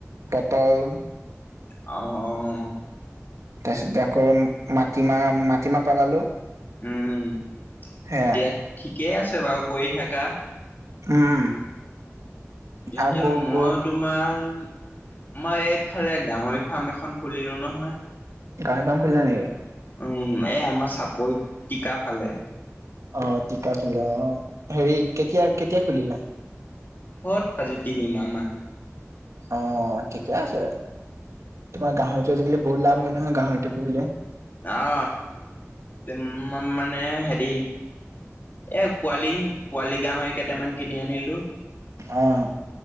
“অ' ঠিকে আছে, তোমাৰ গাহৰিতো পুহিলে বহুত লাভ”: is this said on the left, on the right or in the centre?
Right